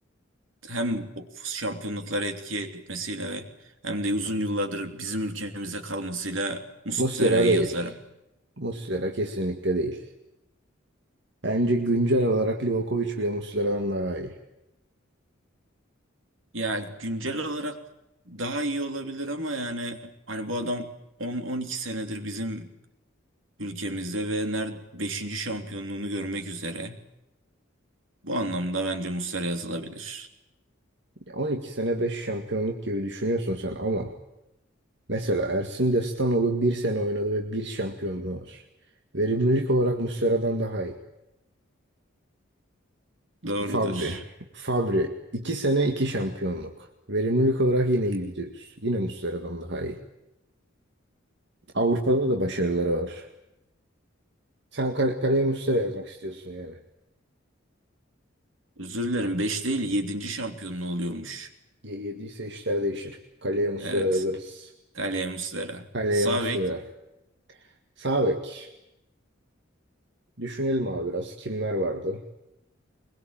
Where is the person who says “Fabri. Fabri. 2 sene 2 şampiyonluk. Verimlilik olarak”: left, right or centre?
Right